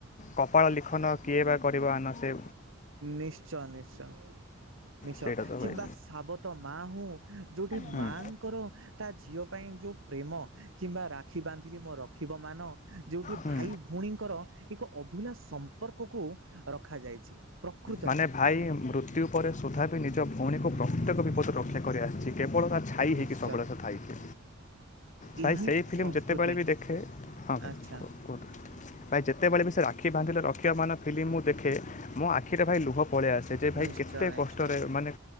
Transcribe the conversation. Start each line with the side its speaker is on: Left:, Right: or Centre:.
Left: କପାଳ ଲିଖନ କିଏ ବା କରିବା ଆନନ୍ଦେ
Right: ନିଶ୍ଚୟ ନିଶ୍ଚୟ ନିଶ୍ଚୟ
Left: ସେଇଟା ତ
Right: କିମ୍ବା
Left: ଭାଇ
Right: ସାବତ ମା ହଉ ଯୋଉଠି
Left: ହୁଁ
Right: ମାଙ୍କର ତା ଝିଅ ପାଇଁ ଯେଉଁ ପ୍ରେମ କିମ୍ବା ରାକ୍ଷୀ ବାନ୍ଧିଲି ମୋ ରଖିବ ମାନ ଯେଉଁଠି
Left: ହୁଁ
Right: ଭାଇ ଭଉଣୀଙ୍କର ଏକ ଅଭୁଲା ସମ୍ପର୍କକୁ ରଖାଯାଇଛି। ପ୍ରକୃତରେ
Left: ମାନେ ଭାଇ ମୃତ୍ୟୁ ପରେ ସୁଧା ବି ନିଜ ଭଉଣୀକୁ ପ୍ରତ୍ୟେକ ବିପଦରୁ ରକ୍ଷା କରିଆସିଛି କେ କେବଳ ତା ଛାଇ
Right: ନିଶ୍ଚୟ
Left: ହେଇକି ସବୁବେଳେ ସେ ଥାଇକି ଭାଇ
Right: ଏହି
Left: ସେଇ ଫିଲ୍ମ
Right: ସଂସ୍କୃତି
Left: ଯେତେବେଳେ ବି ଦେଖେ ହଁ ଭାଇ
Right: ଆଚ୍ଛା
Left: କୁହନ୍ତୁ ଭାଇ ଯେତେବେଳେ ବି ସେ ରା ରାକ୍ଷୀ ବାନ୍ଧିଲେ ରଖିବ ମାନ ଫିଲ୍ମ ମୁଁ ଦେଖେ ମୋ ଆ ରେ ଭାଇ ଲୁହ ପଳିଆସେ ଯେ ଭାଇ
Right: ନିଶ୍ଚୟ
Left: କେତେ
Right: ନିଶ୍ଚୟ
Left: କଷ୍ଟରେ ମାନେ